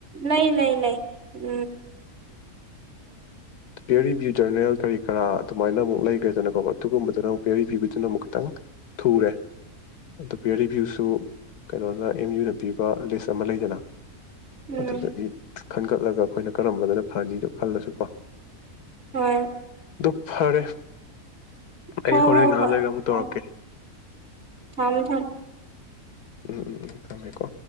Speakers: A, on the right (about 45°); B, on the left (about 85°).
A: ꯂꯩ ꯂꯩ ꯂꯩ ꯎꯝ
B: ꯄꯦꯌ ꯔꯤꯕ꯭ꯌꯨ ꯖꯔꯅꯦꯜ ꯀꯔꯤ ꯀꯔꯥ ꯑꯗꯨꯃꯥꯏꯅ ꯑꯃꯨꯛ ꯂꯩꯈ꯭ꯔꯦꯗꯅꯀꯣ ꯑꯗꯨꯒꯨꯝꯕꯗꯨꯅ ꯑꯃꯨꯛ ꯄꯤꯌ ꯔꯤꯕꯚ꯭ꯌꯨꯗꯨꯅ ꯑꯃꯨꯛ ꯈꯤꯇꯪ ꯊꯨꯔꯦ ꯑꯣ ꯄꯦꯌ ꯔꯤꯕꯚ꯭ꯌꯨꯁꯨ ꯀꯩꯅꯣꯅ ꯑꯦꯝ ꯌꯨꯅ ꯄꯤꯕ ꯂꯤꯁ ꯑꯃ ꯂꯩꯗꯅ
A: ꯎꯝ
B: ꯑꯗꯨꯗꯒꯤ ꯈꯟꯒꯠꯂꯒ ꯑꯩꯈꯣꯏꯅ ꯀꯔꯝꯕꯗꯅ ꯐꯅꯤꯗꯣ ꯈꯜꯂꯁꯨꯀꯣ
A: ꯍꯣꯏ
B: ꯗꯨ ꯐꯔꯦ
A: ꯍ
B: ꯑꯩ ꯍꯣꯔꯦꯟ
A: ꯍꯣ
B: ꯉꯥꯏꯍꯥꯛ
A: ꯍꯣꯏ
B: ꯂꯩꯔꯒ ꯑꯃꯨꯛ ꯇꯧꯔꯛꯀꯦ
A: ꯎꯝ ꯊꯃ ꯊꯃ
B: ꯎꯝ ꯎꯝ ꯎꯝ ꯊꯝꯃꯦꯀꯣ